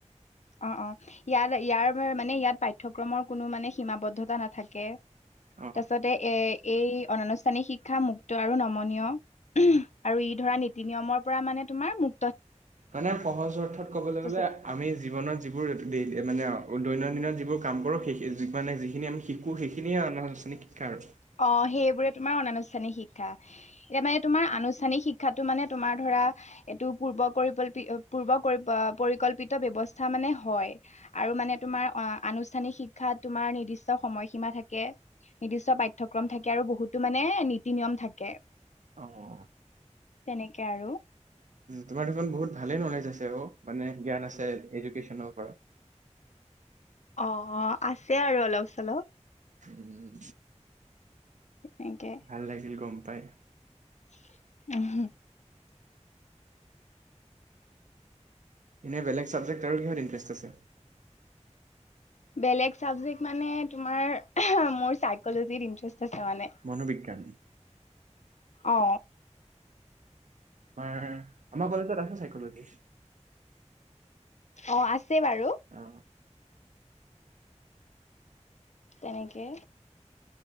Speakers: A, on the left (about 70°); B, on the right (about 80°).
A: অ' অ' ইয়াৰ ইয়াৰ মানে ইয়াত পাঠ্যক্ৰম ৰ কোনো মানে সীমাবদ্ধতা নাথাকে।
B: অ
A: তাৰপাছতে এ এই অনানুষ্ঠানিক শিক্ষা মুক্ত আৰু নমনীয়। আৰু
B: অ
A: ই ধৰা নীতি নিয়মৰ পৰা মানে তোমাৰ মু
B: মানে সহজ অৰ্থত ক'বলৈ
A: তাৰপিছত
B: গ'লে আমি জীৱনত যিবোৰ মানে দৈনন্দিন যিবোৰ কাম কৰো সেই য মানে যিখিনি আমি শিকো সেইখিনিয়ে অনানুষ্ঠানিক শিক্ষা আৰু।
A: অ সেইবোৰে তোমাৰ অনানুষ্ঠানিক শিক্ষা এতিয়া মানে তোমাৰ আনুষ্ঠানিক শিক্ষাটো মানে তোমাৰ ধৰা এইটো পূৰ্বকল্প পূৰ্ব পৰিকল্পিত ব্যৱস্থা মানে হয় আৰু মানে তোমাৰ আনুষ্ঠানিক শিক্ষাত তোমাৰ নিৰ্দিষ্ট সময়সীমা থাকে নিৰ্দিষ্ট পাঠ্যক্ৰম থাকে আৰু বহুতো মানে নীতি নিয়ম থাকে
B: অহ।
A: তেনেকে আৰু,
B: তোমাৰ দেখোন বহুত ভালেই নলেজ আছে অ মানে জ্ঞান আছে এডুকেশ্যনৰ ওপৰত। <inaudible>
A: অ অ আছে আৰু অলপ চলপ।
B: উম।
A: এনেকে
B: ভাল লাগিল গম পাই।
A: <unintelligible>
B: এনে বেলেগ ছাবজেক্ট আৰু কিহত ইণ্টাৰেষ্ট আছে?
A: বেলেগ চাবজেক্ মানে তোমাৰ মোৰ সাইকলোজিত ইন্ত্ৰেছ মানে
B: মনোবিজ্ঞান
A: অ
B: আমাৰ আমাৰ কলেজত আছে চাইকলজি।
A: অ আছে বাৰু,
B: অ
A: তেনেকে